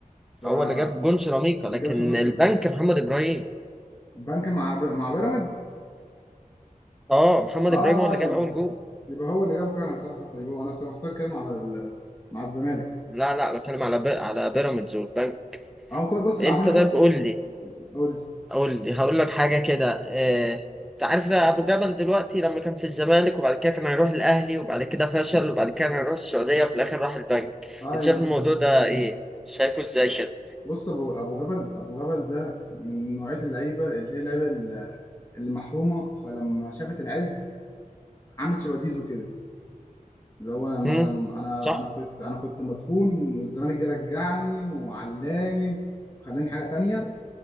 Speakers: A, on the left; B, in the centre.
A: فجاب
B: هو اللي جاب جون سيراميكا لكن
A: سجن
B: البنك محمد ابراهيم
A: بنك مع ب... مع بيراميدز
B: اه محمد
A: اه
B: ابراهيم هو اللي
A: يبقى
B: جاب اول جون
A: يبقى هو اللي جابه فعلا صح صح يبقى هو انا بحسك كلمه على ال... مع الزمالك
B: لا لا بتكلم على بي... على بيراميدز والبنك
A: اهو كويس بص اللي
B: انت
A: عمال يحط
B: طيب قول لي
A: قول لي
B: قول لي هقول لك حاجه كده اه... انت عارف ابو جبل دلوقتي لما كان في الزمالك وبعد كده كان هيروح الاهلي وبعد كده فشل وبعد كده كان هيروح السعوديه وفي الاخر راح البنك
A: اه
B: انت شايف الموضوع ده ايه شايفه ازاي كده
A: بص ابو ابو جبل ابو جبل ده من نوعيه اللعيبه اللي هي اللعيبه اللي محرومه فلما شافت العز عملت شبه زيزو كده اللي هو لما
B: امم
A: انا انا
B: صح
A: أنا كنت انا كنت مدفون والزمالك جه رجعني وعلاني وخلاني حاجه تانية